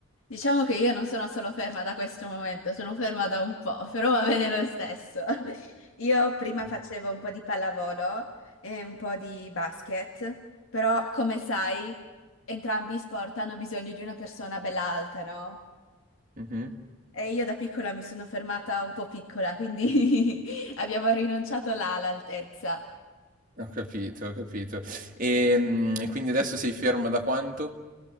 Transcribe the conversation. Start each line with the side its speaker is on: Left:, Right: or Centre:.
Left: Diciamo che io non sono solo ferma da questo momento, sono ferma da un po', però va bene lo stesso. <laughs> Io prima
Right: Mm.
Left: facevo un po' di pallavolo e un po' di basket, però come sai, entrambi i sport hanno bisogno di una persona bella alta, no?
Right: Mhm.
Left: E io da piccola mi sono fermata un po' piccola, quindi <laughs> abbiamo rinunciato là all'altezza.
Right: Ho capito, ho capito. Ehm, e quindi adesso sei ferma da quanto?